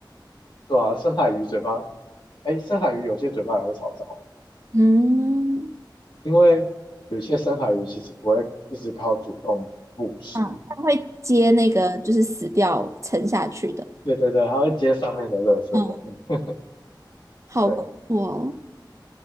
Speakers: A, on the left; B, on the right.
A: 对啊，深海鱼嘴巴，哎，深海鱼有些嘴巴也会朝上哦，
B: 嗯，
A: 因为有些深海鱼其实不会一直靠主动捕食，
B: 嗯，他们会接那个就是死掉沉下去的，
A: 对对对，它会接上面的垃圾这样。
B: 嗯，好酷哦！
A: 对，